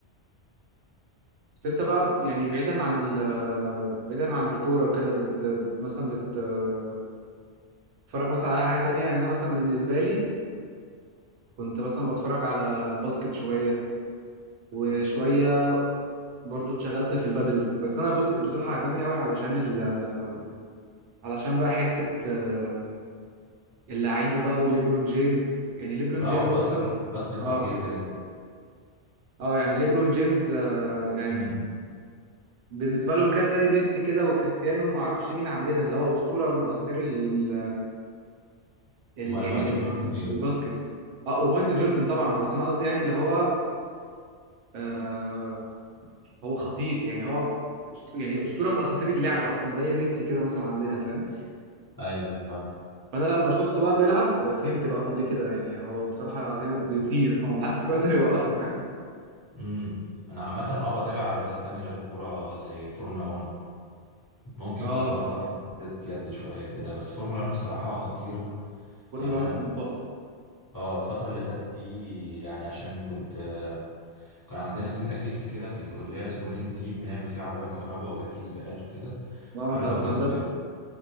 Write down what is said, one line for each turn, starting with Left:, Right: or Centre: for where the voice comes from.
Right: بس أنت بقى يعني بعيدا عن ال... بعيدا عن الكورة وكده بت... بت... مثلا بت... آه، بتتفرج مثلا على أي حاجة تانية يعني أنا مثلا بالنسبة لي كنت مثلا بتفرج على باسكت شوية وشوية برضو اتشغلت في البادل بس انا الباسكت بصراحه عجبني قوي علشان ال علشان بقى حته آه، اللعيبه بقى وليبرون جيمس يعني ليبرون
Left: لا
Right: جيمس
Left: هو باسكت
Right: اصلا
Left: باسكت
Right: اه
Left: خطير كده
Right: اه يعني ليبرون جيمس آه يعني
Left: مم.
Right: بالنسبه لهم كده زي ميسي كده وكريستيانو وما اعرفش مين عندنا اللي هو اسطوره من اساطير ال ال
Left: امال
Right: يعني
Left: مايكل
Right: ال-
Left: جوردن ايه
Right: الباسكت اه ومايكل جوردن طبعا بس انا قصدي يعني اللي هو آه هو خطير يعني هو أسط- يعني اسطوره من اساطير اللعبه اصلا زي ميسي كده مثلا عندنا فاهم
Left: ايوه ايوه فاهم
Right: فانا لما شفته بقى بيلعب فهمت بقى هم ليه كده يعني هو بصراحه جامد بيطير هو محدش بيقدر يوقفه فاهم
Left: امم انا عامه اه بتابع رياضات تانية غير الكوره زي فورمولا 1 ممكن
Right: اه
Left: كنت بتفرج على كرة يد شويه كده بس فورمولا 1 بصراحه خطيره
Right: فورمولا
Left: يعني انا كنت
Right: 1 تحفه
Left: اه الفتره اللي فاتت دي يعني عشان كنت آه، كان عندنا ستودنت اكتيفيتي كده في الكليه اسمه ريسنج تيم بنعمل فيه عربيه كهرباء وبيبقى فيه سباقات وكده
Right: اه
Left: فانا
Right: انت
Left: كنت
Right: في
Left: ضد.
Right: هندسه